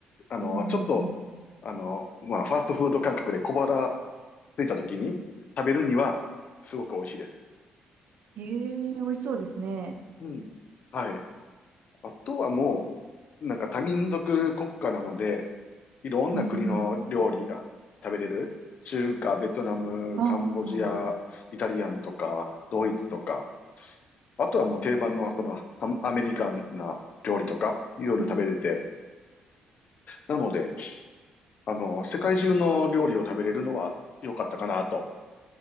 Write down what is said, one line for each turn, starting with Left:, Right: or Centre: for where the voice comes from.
Left: あの、
Right: うんうんうん。
Left: ちょっと、あの、まあ、ファーストフード感覚で小腹ついた時に食べるには、すごく美味しいです。
Right: へえ、美味しそうですね。
Left: うん。はい。あとはもう、なんか多民族国家なので、いろんな国の料理が食べれる。
Right: うん
Left: 中華、ベトナム、
Right: うん。
Left: カンボジア、
Right: ああ、
Left: イタリアンとか、ドイツとか、あとはもう定番のそのアアメリカンな料理とか、いろいろ食べれて、
Right: うん
Left: なので、あの、世界中の料理を食べれるのは良かったかなと